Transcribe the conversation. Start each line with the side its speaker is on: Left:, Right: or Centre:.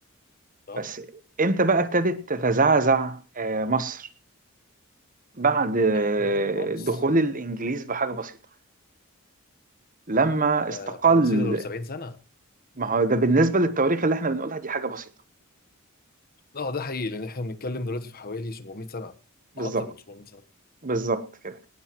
Left: اه
Right: بس امتى بقى ابتدت تتزعزع آه، مصر بعد آه،
Left: في الاخر خالص
Right: دخول الانجليز بحاجة بسيطة لما
Left: آه
Right: استقل
Left: حاجه بسيطه لو 70 سنه
Right: ما هو ده بالنسبة للتواريخ اللي احنا بنقولها دي حاجة بسيطة
Left: اه ده حقيقي لان احنا بنتكلم دلوقتي في حوالي 700 سنه
Right: بالظبط
Left: اكتر من 700 سنه
Right: بالظبط كده